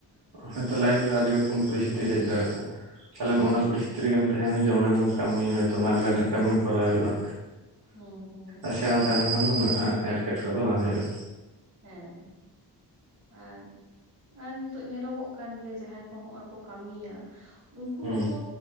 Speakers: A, on the right; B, on the right.
A: ᱦᱚᱭᱛᱚ ᱞᱟᱭᱤᱯ ᱨᱮ ᱟᱹᱰᱤ ᱨᱚᱠᱚᱢ ᱯᱚᱨᱤᱥᱛᱷᱤᱛᱤ ᱦᱮᱡ ᱫᱟᱲᱮᱭᱟᱜᱼᱟ ᱾ ᱯᱟᱞᱮᱱ ᱚᱱᱟ
B: ᱦᱮᱸ
A: ᱯᱚᱨᱤᱥᱛᱷᱤ ᱨᱮᱜᱮᱢ ᱛᱟᱦᱮᱱᱟ ᱡᱮ ᱚᱱᱟ ᱠᱚ ᱠᱟᱹᱢᱤ ᱦᱚᱭᱛᱚ ᱢᱟᱴᱜᱷᱟᱨ ᱨᱮᱱᱟᱜ ᱠᱟᱹᱢᱤ ᱦᱚᱸ ᱠᱚᱨᱟᱣ ᱦᱩᱭᱩᱜᱼᱟ᱾
B: ᱦᱩᱸ ᱦᱩᱸ
A: ᱟᱪᱪᱷᱟ ᱛᱟᱦᱞᱮ ᱠᱷᱟᱱ ᱫᱚ ᱩᱱᱟᱹᱜ ᱦᱟᱜ ᱮᱸᱴᱠᱮᱴᱚᱬᱮ ᱫᱚ ᱵᱟᱝ ᱦᱩᱭᱩᱜᱼᱟ᱾
B: ᱦᱮᱸ ᱟᱨᱼᱼ ᱟᱨ ᱱᱤᱛᱚᱜ ᱧᱮᱞᱚᱜᱚᱜ ᱠᱟᱱ ᱜᱮᱭᱟ ᱡᱟᱦᱟᱸᱭ ᱠᱚ ᱦᱚᱸᱼᱚᱭ ᱠᱚ ᱠᱟᱹᱢᱤᱭᱟ ᱩᱱᱠᱩ
A: ᱦᱩᱸ
B: ᱦᱚᱸᱠᱚᱼᱼ